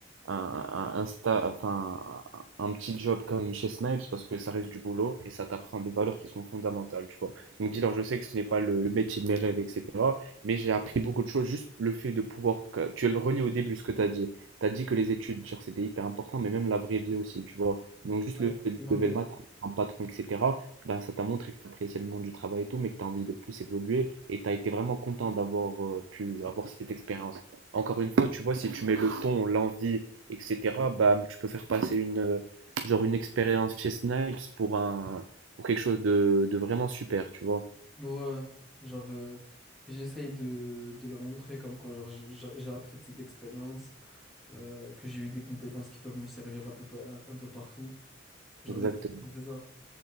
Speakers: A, on the right; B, in the centre.
A: un, un, un sta- enfin, un un petit job comme chez Snipes parce que ça reste du boulot et ça t'apprend des valeurs qui sont fondamentales, tu vois. Donc dis-leur, je sais que ce n'est pas le, le métier de mes rêves, etc. Mais j'ai appris beaucoup de choses, juste le fait de pouvoir. que- Tu le relis au début ce que tu as dit. Tu as dit que les études, genre, c'était hyper important, mais même la vraie vie aussi, tu vois. Donc juste
B: Ouais,
A: le
B: expérimenter.
A: fait de lever le mat un patron, etc., ben, ça t'a montré que tu appréciais le monde du travail et tout, mais que tu as envie de plus évoluer et tu as été vraiment content d'avoir euh, pu avoir cette expérience. Encore une fois, tu vois, si tu mets le ton, l'envie, etc., ben, tu peux faire passer une, euh, genre une expérience chez Snipes pour un, pour quelque chose de, de vraiment super, tu vois.
B: Ouais, genre, euh, j'essaye de, de leur montrer comme quoi genre, j- j- j'ai appris de cette expérience, euh, que j'ai eu des compétences qui peuvent me servir un peu, pa- un, un peu partout. Genre
A: Exactement.
B: des trucs comme ça, c'est ça.